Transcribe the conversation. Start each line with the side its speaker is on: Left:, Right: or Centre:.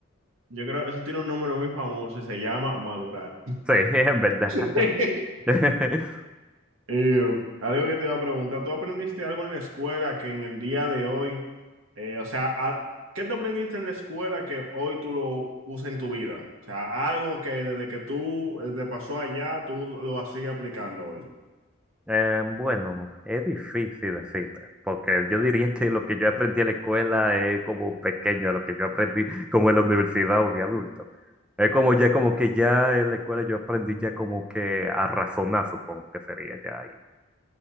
Right: Yo creo que eso tiene un nombre muy famoso y se llama madurar.
Centre: Sí, <laughs> en verdad.
Right: <laughs>
Centre: <laughs>
Right: Eh, algo que te iba a preguntar, ¿tú aprendiste algo en la escuela que en el día de hoy, eh, o sea, a- ¿qué tú aprendiste en la escuela que hoy tú lo usas en tu vida? O sea, algo que desde que tú eh, te pasó allá, tú lo sigues aplicando hoy.
Centre: Eh, bueno, es difícil decirte, porque yo diría que lo que yo aprendí en la escuela es como pequeño a lo que yo aprendí como en la universidad o de adulto. Es como ya como que ya en la escuela yo aprendí ya como que a razonar, supongo que sería ya ahí.